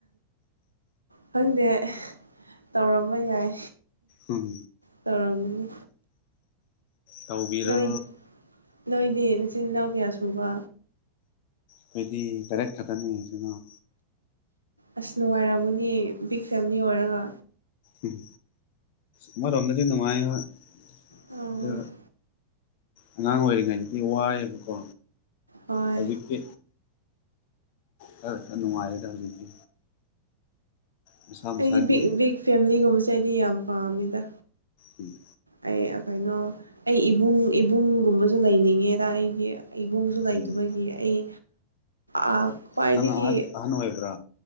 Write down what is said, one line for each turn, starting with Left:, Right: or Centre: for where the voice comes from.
Right: ꯈꯪꯗꯦ ꯇꯧꯔꯝꯕ ꯌꯥꯏ
Left: ꯎꯝ
Right: ꯇꯧꯔꯝꯒꯅꯤ
Left: ꯇꯧꯕꯤꯔꯣ
Right: ꯅꯣꯏ ꯅꯣꯏꯗꯤ ꯅꯆꯤꯜ ꯅꯅꯥꯎ ꯀꯌꯥ ꯁꯨꯕ
Left: ꯑꯩꯈꯣꯏꯗꯤ ꯇꯔꯦꯠ ꯈꯛꯇꯅꯦ ꯏꯆꯤꯜ ꯏꯅꯥꯎ
Right: ꯑꯁ ꯅꯨꯡꯉꯥꯏꯔꯝꯒꯅꯤ ꯕꯤꯛ ꯐꯦꯃꯤꯂꯤ ꯑꯣꯏꯔꯒ
Left: ꯎꯝ ꯑꯃ ꯔꯣꯝꯗꯗꯤ ꯅꯉꯥꯏ ꯍꯣꯏ
Right: ꯎꯝ
Left: ꯑꯗꯨ ꯑꯉꯥꯡ ꯑꯣꯏꯔꯤꯉꯩꯗꯗꯤ ꯋꯥꯏꯌꯦꯕꯀꯣ
Right: ꯍꯣꯏ
Left: ꯍꯧꯖꯤꯛꯇꯤ ꯈꯔ ꯈꯔ ꯅꯨꯡꯉꯥꯏꯔꯦꯗ ꯍꯧꯖꯤꯛꯇꯤ ꯃꯁꯥ
Right: ꯑꯩꯗꯤ
Left: ꯃꯁꯥꯒꯤ
Right: ꯕꯤꯛ ꯕꯤꯛ ꯐꯦꯃꯤꯂꯤꯒꯨꯝꯕꯁꯦ ꯑꯩꯗꯤ ꯌꯥꯝ ꯄꯥꯝꯃꯤꯗ
Left: ꯎꯝ
Right: ꯑꯩ ꯑ ꯀꯩꯅꯣ ꯑꯩ ꯏꯕꯨꯡ ꯏꯕꯨꯡꯒꯨꯝꯕꯖꯨ ꯂꯩꯅꯤꯡꯉꯦꯗ ꯑꯩꯗꯤ ꯏꯕꯨꯡꯁꯨ ꯂꯩꯇꯕꯒꯤ
Left: ꯎꯝ
Right: ꯑꯩ ꯑꯥ ꯈ꯭ꯋꯥꯏꯗꯒꯤ
Left: ꯅꯪꯅ ꯑꯍꯟ ꯑꯍꯟ ꯑꯣꯏꯕ꯭ꯔꯥ